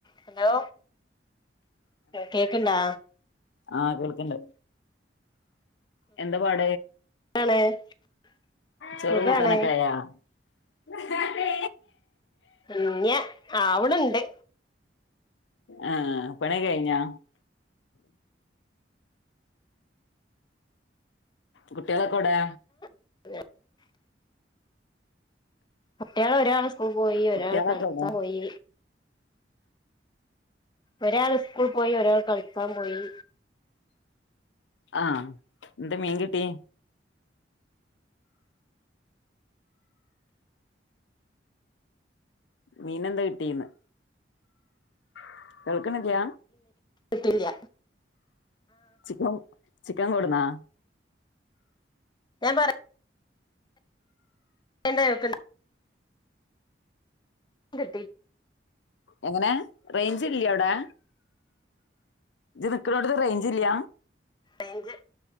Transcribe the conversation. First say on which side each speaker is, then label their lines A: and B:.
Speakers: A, on the left; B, on the left.
A: Hello കേക്ണ്ടാ
B: ആ കേൾക്ക്ണ്ട് എന്ത പാട്
A: <unintelligible>
B: ചോറും
A: സുഖാണ്
B: കൂട്ടാനൊക്കായാ <inaudible>
A: ഇല്ല ആവ്ണ് ണ്ട്
B: ആ പണിയൊകെ കയിഞാ കുട്ട്യാളൊക് ഒകെവുടെ
A: <unintelligible> കുട്ട്യാളൊരാള് സ് സ്കൂള് പോയി ഒരാള്
B: കുട്ടികളൊക്കെ
A: കളിക്കാ
B: എവിടെ
A: പോയീ ഒരാള് സ്കൂൾ പോയി ഒരാൾ കളിക് കാൻ പോയീ
B: ആ എന്തേ മീൻ കിട്ടീ മീനെന്ത കിട്ടീന്ന് <unintelligible> കേക്കണില്ല
A: ഇത്തിയിട്ടില്ല
B: ചിക്കൻ ചിക്കൻ കൊട്ന്നാ
A: ഞാൻ പറ - <unintelligible> കിട്ടീ
B: എങ്ങനെ റെയ്ഞ്ച്ല്ലിയോ അവിടെ നി നിക്കാനോടത്ത് റെയ്ഞ്ച്ല്ല
A: റെയ്ഞ്ച്